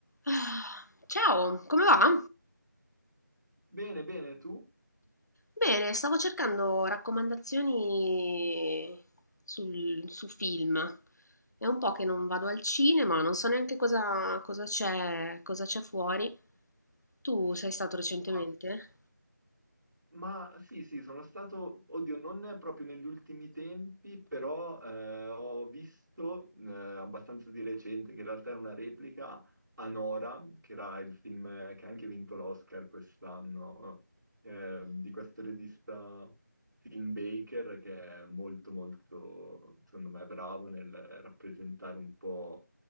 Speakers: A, on the left; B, on the right.
A: Ah, Ciao, come va?
B: Bene, bene, tu?
A: Bene, stavo cercando raccomandazioni sul- su film.
B: Mm.
A: È un po' che non vado al cinema, non so neanche cosa, cosa c'è, cosa c'è fuori. Tu sei stato recentemente?
B: Ah, Ma sì, sì, sono stato, oddio, non proprio negli ultimi tempi, però eh, ho visto eh, abbastanza di recente, che in realtà era una replica, Anora, che era il film che ha anche vinto l'Oscar quest'anno, eh, di questo regista Tim Baker, che è molto, molto, secondo me, bravo nel rappresentare un po'